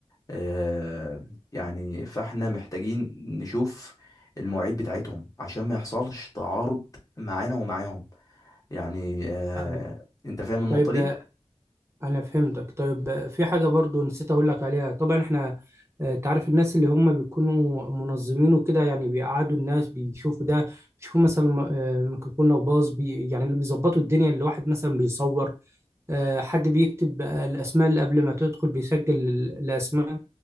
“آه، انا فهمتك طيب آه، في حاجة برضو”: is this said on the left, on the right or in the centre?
Right